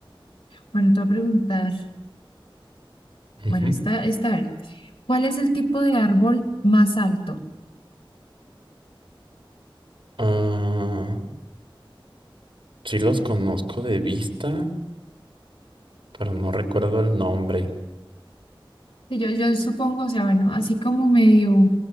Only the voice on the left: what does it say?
Bueno, te voy a preguntar.
Bueno, esta, esta, a ver. ¿Cuál es el tipo de árbol más alto?
Sí, yo, yo supongo, o sea, bueno, así como medio,